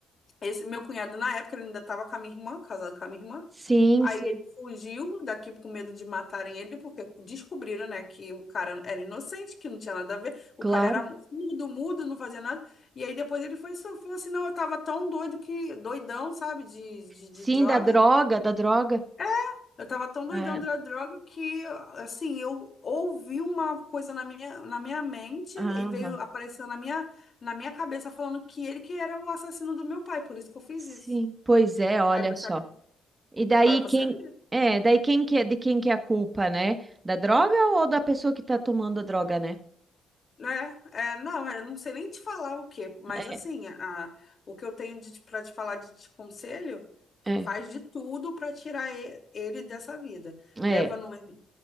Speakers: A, on the left; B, on the right.
A: Esse meu cunhado, na época, ele ainda estava com a minha irmã, casado com a minha irmã.
B: Sim,
A: Aí
B: sim,
A: ele fugiu daqui com medo de matarem ele, porque descobriram, né, que o cara era inocente, que não tinha nada a ver. O
B: claro.
A: cara era mudo, mudo, não fazia nada. E aí depois ele foi só falou assim: não, eu tava tão doido que, doidão, sabe, de, de, de
B: Sim,
A: droga.
B: da droga, da droga.
A: É, eu tava tão doidão
B: É,
A: da droga que, assim, eu ouvi uma coisa na minha, na minha mente
B: aham.
A: e veio, apareceu na minha, na minha cabeça falando que ele que era o assassino do meu pai, por isso que eu fiz
B: Sim,
A: isso.
B: pois é, olha
A: Aí você,
B: só. E daí
A: para você
B: quem
A: ver,
B: é, daí quem que é de quem que é a culpa, né? Da droga ou da pessoa que tá tomando a droga, né?
A: né? É, não, eu não sei nem te falar o quê, mas
B: É,
A: assim, a, o que eu tenho de, para te falar de, de conselho,
B: é,
A: faz de tudo para tirar e- ele dessa vida.
B: é.
A: Leva no, N-